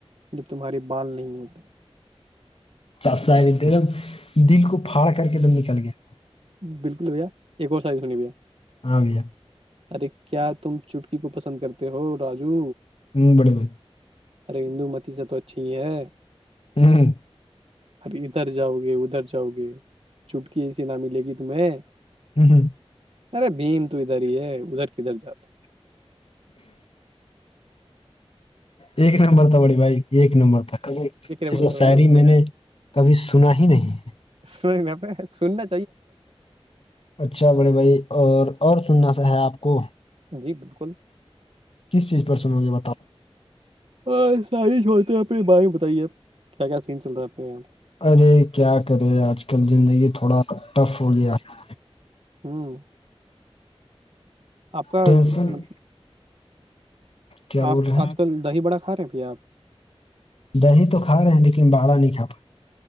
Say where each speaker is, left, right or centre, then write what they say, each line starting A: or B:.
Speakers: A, on the right; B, on the left.
A: جب تمہارے بال نہیں ہوتے
B: چاا دم دل کو پھاڑ کر کے ایک دم نکل گیا
A: بالکل بھیا ایک اور سائز سنی بھیا
B: ہاں بھیا
A: ارے کیا تم چٹکی کو پسند کرتے ہو راجو
B: ہوں بڑی ب
A: ارے ہندو متیزہ تو اچھی ہی ہے
B: ہاں
A: ارے ادھر جاؤ گے ادھر جاؤ گے چٹکی ای س نامی لے گی تمہیں
B: ہوں۔
A: ارے بھیم تو ادھر ہی ہے ادھر کدھر جاتا
B: ایک نمبر تھا بڑی بھائی ایک نمبر تک ایا ایسا
A: بولتا میرے
B: شاعری
A: بھائی
B: میں نے کبھی سنا ہی نہیں ہے
A: سئی ن آپ سننے
B: اچھا بڑے بھائی اور اور سنناا ہے آپ کو
A: جی بالکل
B: کس چیز پر سنو گے بتاؤ
A: اور ساریھڑتے ہیں آ اپنے بارے میں بتائیے آپ کیا کیا سین چل رہا ہے آپ کے یہاں
B: ارے کیا کرے آج کل زندگی تھوڑا ٹف ہو گیا ہے
A: ہوں آپ کا
B: ٹینشن
A: م
B: کیا بول
A: آپ
B: رہے
A: آج
B: ہیں
A: کل دہی بڑا کھا رہے ہیں بھیا آپ
B: دہی تو کھاے ہیں لیکن باڑا نہیں کھا پات